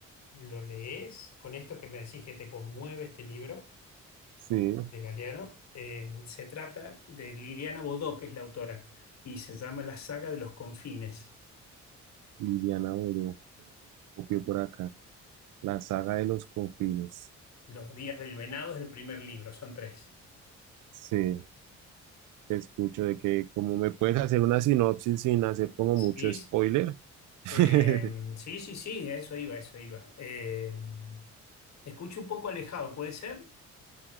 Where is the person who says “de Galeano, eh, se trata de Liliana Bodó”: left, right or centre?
Left